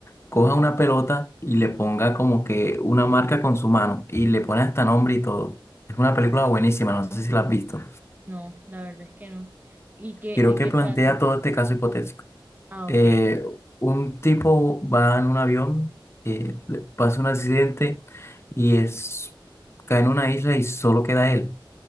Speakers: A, on the left; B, on the right.
A: coja
B: ujú.
A: una pelota y le ponga como que una marca con su mano y le pone hasta nombre y todo. Es una película buenísima, no sé si la has visto.
B: No, la verdad es que no. ¿Y qué,
A: Quiero
B: de
A: que
B: qué
A: plantea
B: trata?
A: todo este caso hipotético.
B: Ah,
A: Eh,
B: ok.
A: un tipo va en un avión, eh, le pasa un accidente y es, cae en una isla y solo queda él.